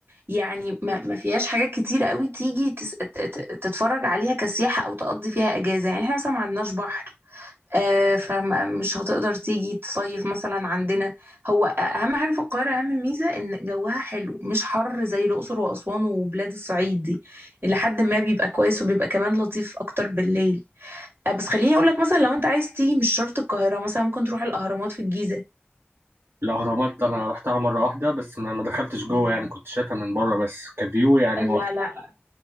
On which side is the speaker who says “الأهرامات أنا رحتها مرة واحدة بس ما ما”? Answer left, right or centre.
Right